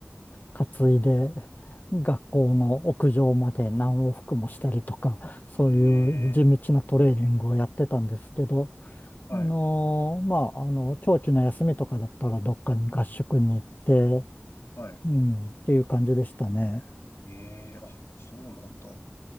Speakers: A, on the left (about 40°); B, on the left (about 75°).
A: 担いで学校の屋上まで何往復もしたりとか、そういう地道なトレーニングをやってたんですけど、
B: ええ、はい、
A: あのーまあ、あの、長期の休みとかだったらどっかに合宿に行って、
B: はい。
A: うん、っていう感じでしたね。
B: ええ、あ、そうなんだ。